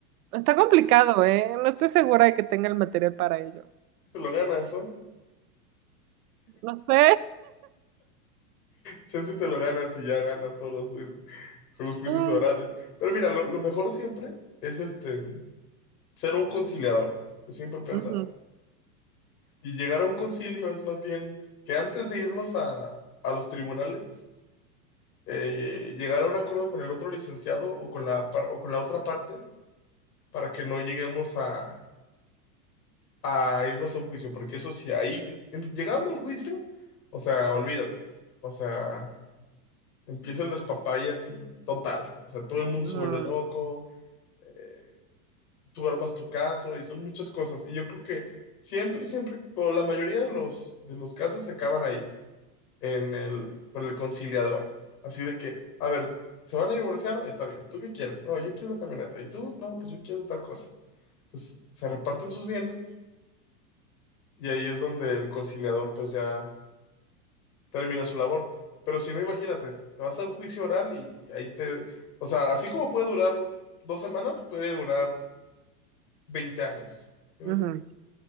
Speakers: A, on the right (about 65°); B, on the left (about 75°).
A: Está complicado, ¿eh? No estoy segura de que tenga el material para ello.
B: te lo ganas, ¿no?
A: No sé.
B: Chance te lo ganas y ya ganas todos los juicios, los
A: <laughs>
B: juicios
A: Mm,
B: orales. Pero mira, lo, lo mejor siempre es este, ser un conciliador. Yo siempre he pensado.
A: ujú,
B: Y llegar a un concilio es más bien que antes de irnos a, a los tribunales, eh, llegar a un acuerdo con el otro licenciado o con la, par- o con la otra parte para que no lleguemos a a irnos a un juicio, porque eso sí, ahí, en- llegando a un juicio, o sea, olvídate, o sea, empieza el despapalle así total, o sea, todo el mundo
A: mm,
B: se vuelve loco, eh, tú armas tu caso y son muchas cosas, y yo creo que siempre, siempre, o la mayoría de los, de los casos se acaban ahí, en el, con el conciliador, así de que, a ver, se van a divorciar, está bien, ¿tú qué quieres? No, yo quiero la camioneta, ¿y tú? No, pues yo quiero tal cosa. Entonces, se reparten sus bienes. Y ahí es donde el conciliador pues ya termina su labor. Pero si no, imagínate, te vas a un juicio oral y ahí te... O sea, así como puede durar dos semanas, puede durar 20 años. ¿Sí me
A: ujú,
B: entiendes?